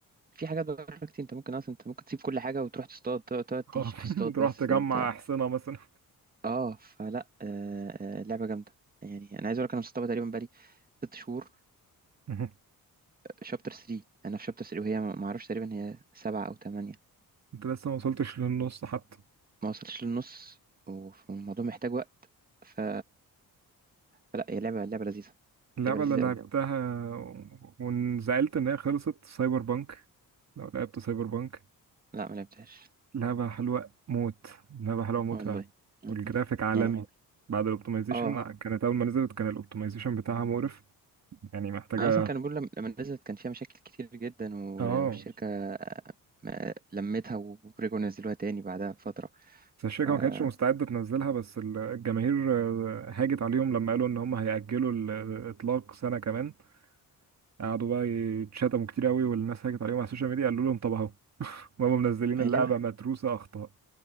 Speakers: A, on the right (about 25°); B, on the right (about 45°).
A: في حاجات بره كتير انت ممكن اصلا انت ممكن تسيب كل حاجه وتروح تصطاد تقعد تقعد تعيش
B: اه <laughs>
A: تصطاد
B: تروح
A: بس
B: تجمع
A: انت
B: احصنه مثلا
A: اه فلا آه، آه، لعبه جامده يعني انا عايز اقول لك انا مسطبها تقريبا بقالي ست شهور
B: <laughs>
A: شابتر 3 انا في شابتر 3 وهي ما ما اعرفش تقريبا هي سبعة او تمانية
B: انت لسه ما وصلتش للنص حتى
A: ما وصلتش للنص والموضوع محتاج وقت ف... فلا هي لعبة لعبة لذيذة
B: اللعبه
A: لعبة لذيذة
B: اللي لعبتها
A: قوي
B: و- وانزعلت ان هي خلصت سايبر بانك لو لعبت سايبر بانك
A: لا ما لعبتهاش
B: لعبة حلوة موت لعبة حلوة موت
A: والله
B: فعلا
A: مم.
B: والجرافيك عالمي
A: يعني
B: اه بعد الاوبتمايزيشن
A: اه
B: اه كانت أول ما نزلت كان الاوبتمايزيشن بتاعها مقرف يعني محتاجة
A: انا اصلا كان
B: آه.
A: بقول لما لما نزلت كان فيها مشاكل كتير جدا و-
B: اه
A: والشركة آه، ما- لمتها ورجعوا نزلوها تاني بعدها بفترة
B: بس الشركة
A: ما
B: ما كانتش مستعدة تنزلها بس الجماهير آه، هاجت عليهم لما قالوا إن هم هيأجلوا الإطلاق سنة كمان قعدوا بقى يتشتموا كتير قوي والناس هاجت عليهم على السوشيال ميديا قالوا لهم طب أهو هم منزلين
A: هي
B: اللعبة
A: لعبة
B: متروسة أخطاء